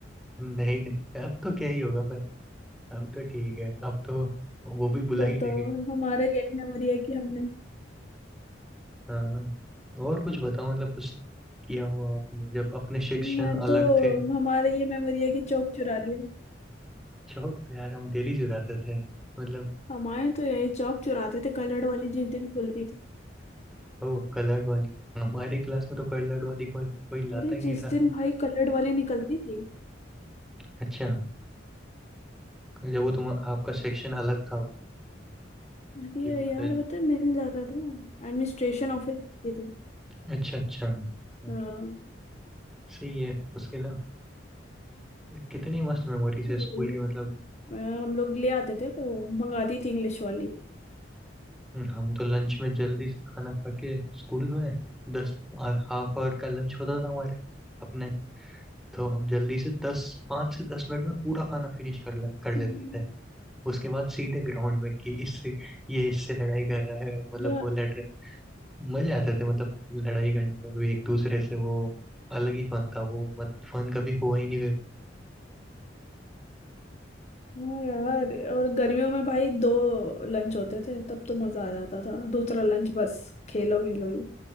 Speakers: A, in the centre; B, on the left.
A: नहीं नहीं अब तो क्या ही होगा पर अब तो ठीक है अब तो वो भी बुला
B: बताओ
A: ही लेंगे
B: हमारा यही मेमोरी है कि हमने
A: हाँ और कुछ बताओ मतलब कुछ किया हुआ आपने जब अपने शिक्षण
B: मैं
A: अलग
B: तो
A: थे
B: हमारा ये मेमोरी है कि चौक चुरा लिया
A: चौक पे यार हम डेली चुराते थे मतलब
B: हमारे तो यही चौक चुराते थे कलर्ड वाली जिस दिन खुलती थी
A: ओ कलर्ड वाली हमारी क्लास में तो कलर्ड वाली कोई कोई लाता
B: अरे
A: ही नहीं
B: जिस
A: था
B: दिन भाई कलर्ड वाली निकलती थी
A: अच्छा जब वो तुम आपका सेक्शन अलग था
B: अरे
A: की बात
B: यार
A: है
B: पता है मिल जाता था एडमिनिस्ट्रेशन ऑफिस जाते थे
A: अच्छा अच्छा हम्म,
B: हाँ
A: सही है उसके अलावा कितनी मस्त मेमोरीज
B: तो
A: है
B: वही।
A: स्कूल की मतलब
B: अ, हम लोग ले आते थे वो मंगाती थी इंग्लिश वाली
A: हम्म, हम तो लंच में जल्दी से खाना खा के स्कूल में दस हाफ आवर का लंच होता था हमारे अपने तो हम जल्दी से दस पाँच से दस मिनट में पूरा खाना फिनिश कर ले- कर
B: हम्म,
A: लेते थे उसके बाद सीधे ग्राउंड में कि इससे ये इससे लड़ाई कर रहा है मतलब
B: या
A: वो लड़ रहे मजे आते थे मतलब लड़ाई करने में भी एक दूसरे से वो अलग ही फन था वो मत फन कभी हुआ ही नहीं फिर
B: हाँ यार और गर्मियों में भाई दो लंच होते थे तब तो मजा आ जाता था दूसरा लंच बस खेलो खेलो ही